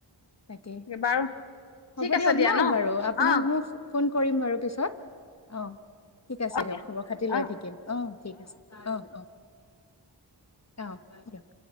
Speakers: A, on the left; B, on the left.
A: তাকেই
B: বাৰু ঠিক
A: হ'ব
B: আছে
A: দিয়ক
B: দিয়া
A: ন বাৰু আপোনাক
B: অ
A: মোক ফোন কৰিম বাৰু পিছত অ ঠিক আছে
B: অ
A: দিয়ক
B: দিয়া
A: খবৰ খাতি লৈ
B: অ
A: থাকিম অ ঠিক আছে। আহ অ আহ দিয়ক